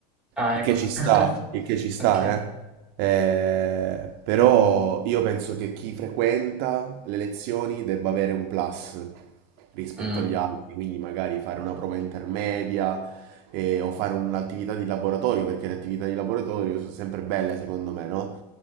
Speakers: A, in the centre; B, on the right.
A: Ah,
B: Il
A: ecco.
B: che ci sta,
A: <laughs>
B: il che ci sta,
A: Ok.
B: eh. Eh, però io penso che chi frequenta le lezioni debba avere un plus rispetto
A: Mm.
B: agli altri, quindi magari fare una prova intermedia eh, o fare un'attività di laboratorio, perché le attività di laboratorio sono sempre belle secondo me, no?